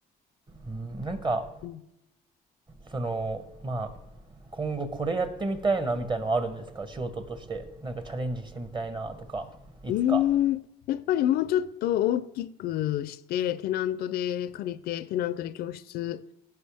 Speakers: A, on the right; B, on the left.
A: うんなんか
B: うん。
A: そのまあ今後これやってみたいなみたいのはあるんですか仕事としてなんかチャレンジしてみたいなとかいつか
B: うーんやっぱりもうちょっと大きくして、テナントで借りて、テナントで教室